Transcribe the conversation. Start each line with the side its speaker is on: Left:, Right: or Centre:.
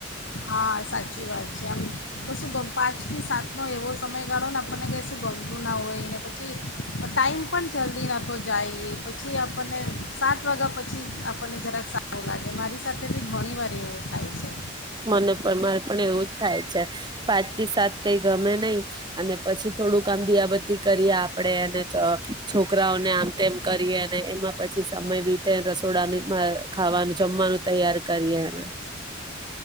Left: હા સાચી વાત છે આમ તો શુંમ પાંચ થી સાત નો એવો સમયગાળો ને આપણને ક શું ગમતું ના હોય ને પછી ટાઈમ પણ જલ્દી નતો જાય એ પછી આપણને સાત વાગ્યા પછી આપણને જરાક સારું લાગે મારી સાથે બી ઘણી વાર એવું થાય છે
Right: મને પણરે પણ એવું જ થાય છે પાંચ થી સાત કઈ ગમે નહીિ અને પછી થોડુંક આમ દીયાબત્તી કરીએ આપડે અને છોકરાઓને આમ તેમ કરીએ અને એમાં પછી સમય બીતે રસોડા ખાવાનું જમવાનું તૈયાર કરીએ એ